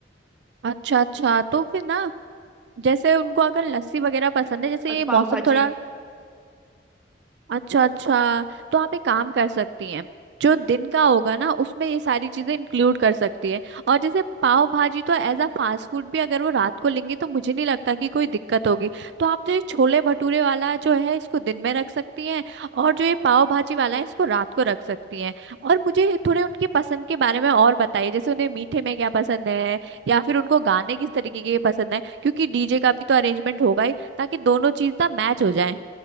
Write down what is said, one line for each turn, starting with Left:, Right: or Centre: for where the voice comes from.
Right: अच्छा अच्छा तो फिर ना जैसे उनको अगर लस्सी वगैरह पसंद है जैसे
Centre: और
Right: ये
Centre: पाव
Right: मौसम
Centre: भाजी
Right: थोड़ा अच्छा अच्छा तो आप एक काम कर सकती हैं जो दिन का होगा ना उसमें ये सारी चीजें इंक्लूड कर सकती है और जैसे पाव भाजी तो एज अ फास्ट फूड भी अगर वो रात को लेंगे तो मुझे नहीं लगता कि कोई दिक्कत होगी तो आप तो ये छोले भटूरे वाला जो है इसको दिन में रख सकती हैं और जो ये पाव भाजी वाला है इसको रात को रख सकती हैं और मुझे थोड़े उनकी पसंद के बारे में और बताइए जैसे उन्हें मीठे में क्या पसंद है या फिर उनको गाने किस तरीके के पसंद है क्योंकि डीजे का भी तो अरेंजमेंट होगा ही ताकि दोनों चीज ना मैच हो जाए